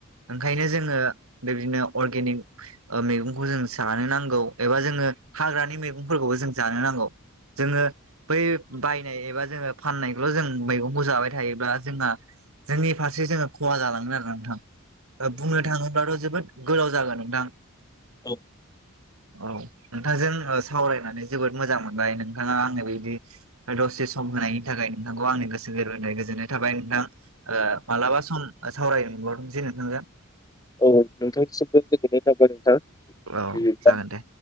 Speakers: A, on the right; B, on the left.
A: ओंखायनो जोङो। बेदिनो अर्गेनिक ओ मैगंखौ जों जानो नांगौ एबा जोङो हाग्रानि मैगंफोरखौबो जों जानो नांगौ जोङो बै बायनाय एबा जोङो फाननायखौल' जों मैगंखौ जाबाय थायोब्ला जोंहा जोंनि फारसे जोङो खहा जालांगोन आरो नोंथां बुंनो थाङोब्लाथ' जोबोद गोलाव जागोन नोंथां
B: औ
A: औ नोंथांजों सावरायनानै जोबोद मोजां मोनबाय नोंथाङा आंनि बिदि दसे सम होनायनि थाखाय नोंथांखौ आंनि गोसो गोरबोनिफ्राय गोजोननाय थाबाय नोंथां ओ मालाबा सम सावरायनो मोनबावथोंसैय नोंथांजों
B: औ नोंथांनिसिमबो गोजोननाय थाबाय नोंथां
A: औ
B: बिदिब्ला
A: जागोन दे